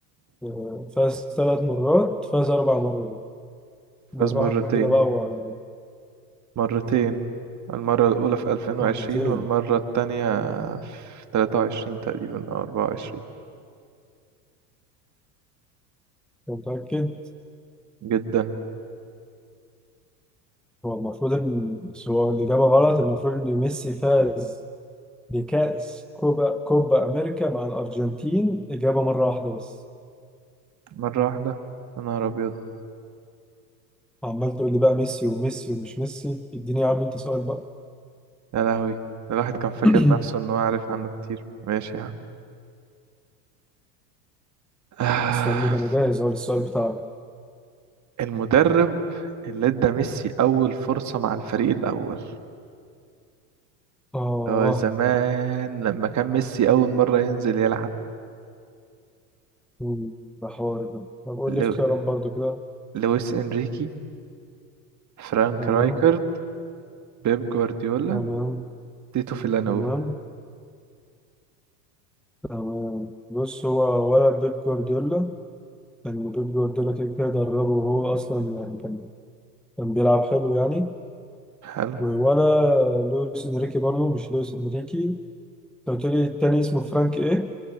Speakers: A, in the centre; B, on the right.
A: آه، فاز ثلاث مرات فاز اربع مرات بالراحة
B: فاز مرتين
A: كده بقى وعلى
B: مرتين المرة الأولى في 2020
A: مرتين
B: والمرة التانية في 23 تقريبا أو 24
A: انت متأكد
B: جدا
A: هو المفروض ان بس هو الإجابة غلط المفروض ان ميسي فاز بكأس كوبا كوبا أمريكا مع الأرجنتين إجابة مرة واحدة بس
B: مرة واحدة يا نهار أبيض
A: عمال تقول لي بقى ميسي وميسي ومش ميسي اديني يا عم انت سؤال بقى
B: يا لهوي ده الواحد كان فاكر
A: <clears throat>
B: نفسه إن هو عارف عنه كتير ماشي يعني آه.
A: مستنيك انا جاهز اهو للسؤال بتاعك
B: المدرب اللي ادى ميسي أول فرصة مع الفريق الأول
A: اه
B: اللي هو زمان لما كان ميسي أول مرة ينزل يلعب
A: مم، ده حوار ده طب قول
B: لو...
A: لي اختيارات برضو كده
B: لويس إنريكي فرانك
A: تمام
B: رايكارد بيب جوارديولا
A: تمام
B: تيتو فيلانوفا
A: تمام تمام بص هو ولا بيب جوارديولا لأن بيب جوارديولا كده كده دربه وهو أصلا يعني كان كان بيلعب حلو يعني
B: حلو
A: ولا لويس إنريكي برضو مش لويس إنريكي أنت قلت لي التاني اسمه فرانك إيه؟